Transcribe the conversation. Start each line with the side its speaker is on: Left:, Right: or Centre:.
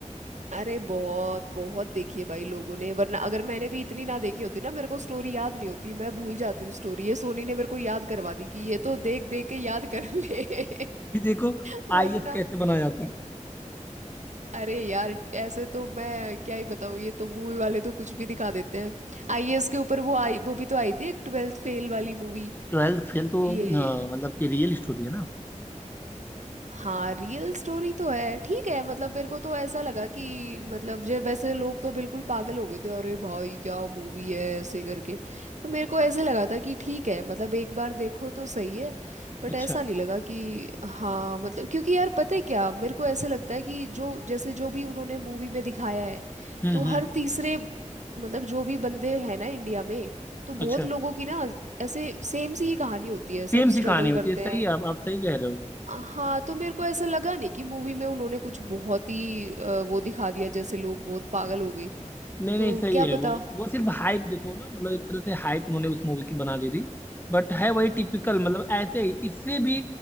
Right: अरे बहुत बहुत देखी है भाई लोगों ने वरना अगर मैंने भी इतनी ना देखी होती ना मेरे को स्टोरी याद नहीं होती मैं भूल जाती हूँ स्टोरी ये सोनी ने मेरे को याद करवा दी कि ये तो देख देख के याद कर ले
Left: कि देखो
Right: <laughs>
Left: आईएएस
Right: वरना
Left: कैसे बना जाता है
Right: अरे यार ऐसे तो मैं क्या ही बताऊँ ये तो मूवी वाले तो कुछ भी दिखा देते हैं आईएएस के ऊपर वो आई वो भी तो आई थी एक ट्वेल्थ फेल वाली मूवी
Left: ट्वेल्थ फेल तो
Right: ये
Left: अ, मतलब कि रियल स्टोरी है ना
Right: हाँ रियल स्टोरी तो है ठीक है मतलब मेरे को तो ऐसा लगा कि मतलब जो वैसे लोग तो बिल्कुल पागल हो गए थे अरे भाई क्या मूवी है ऐसे करके पर मेरे को ऐसे लगा था कि ठीक है मतलब एक बार देखो तो सही है बट
Left: अच्छा
Right: ऐसा नहीं लगा कि हाँ मतलब क्योंकि यार पता है क्या मेरे को ऐसे लगता है कि जो जैसे जो भी उन्होंने मूवी में दिखाया है
Left: हम्म
Right: तो हर
Left: हम्म
Right: तीसरे मतलब जो भी बंदे हैं ना इंडिया में तो बहुत
Left: अच्छा
Right: लोगों की ना ऐसे सेम सी ही कहानी होती है सब
Left: सेम सी
Right: स्ट्रगल
Left: कहानी होती
Right: करते
Left: है सही
Right: हैं
Left: है आप आप सही कह रहे हो
Right: हाँ तो मेरे को ऐसा लगा नहीं कि मूवी में उन्होंने कुछ बहुत ही अ, वो दिखा दिया जैसे लोग बहुत पागल हो गए
Left: नहीं
Right: तो
Left: नहीं सही
Right: क्या
Left: है
Right: पता
Left: वो वो सिर्फ हाइप देखो ना मतलब एक तरह से हाइप उन्होंने उस मूवी की बना दी थी बट है वही टिपिकल मतलब ऐसे ही इससे भी